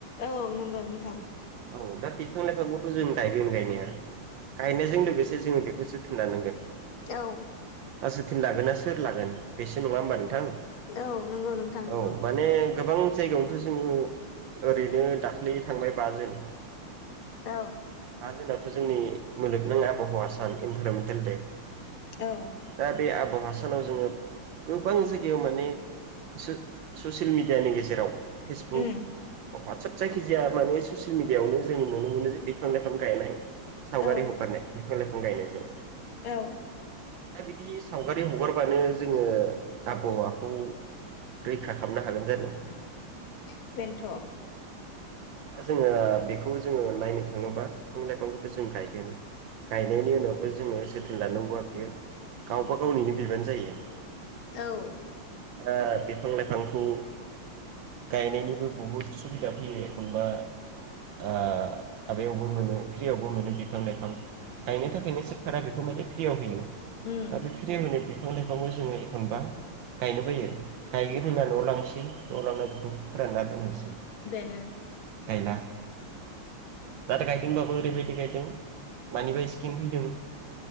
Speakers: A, on the left; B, on the right.
A: औ नंगौ नोंथां
B: औ दा बिफां लाइफांखौथ' जों गायगोन गायनाया गायनायजों लोगोसे जों बेखौसो जोथोन लानांगोन
A: औ
B: दा जोथोन लागोना सोर लागोन? बेसो नङा होमबा नोंथां?
A: औ नंगौ नोंथां नंगौ
B: औ माने गोबां जायगायावनोथ' जोङो ओरैनो दाख्लै थांनाय बाजोन
A: औ
B: बा जुनाथ'जोंनि मुलुगनाङ आबहावा सान इनभारमेन्टेल दे
A: औ
B: दा बे आबहावा सानाव जोङो गोबां जायगायाव माने सो ससियेल मिडियानि गेजेराव फेसबुक
A: उम
B: बा हाट्सएप जायखिजाया माने ससियेल मिडिआवनो जोङो नुनो मोनो जे बिफां लाइफां गायनाय सावगारि
A: औ
B: हगारनाय बिफां लाइफां गायनायजों
A: औ
B: दा बिदि सावगारि हगारबानो जोङो आबहावाखौ रैखा खालामनो हागोन जानो?
A: बेनोथ'
B: दा जोङो बेखौ जोङो नायनो थाङोबा बिफां लाइफांफोरखौ जों गायगोन। गायनायनि उनावबो जोङो जोथोन लानांगौआ बियो। गावबा गावनिनो बिबान जायो।
A: औ।
B: दा बिफां लाइफांखौ गायनायनिबो बहुद सुबिदा फैयो। एखनबा ओ माबायावबो मोनो फ्रियावबो मोनो बिफां लाइफां। गायनो थाखायनो सरखारा बेखौ फ्रियाव होयो
A: उम
B: दा बे फ्रियाव होनाय बिफां लाइफांखौ जोङो एखनबा गायनो बायो गायगोन होनना न'आव लांनोसै न'आव लांनानै बेखौ फोरानना दोननोसै।
A: बेनो।
B: गायला। दा गायदोंबाबो ओरैबायदि गायदों मानिबा सिकिम फैदों।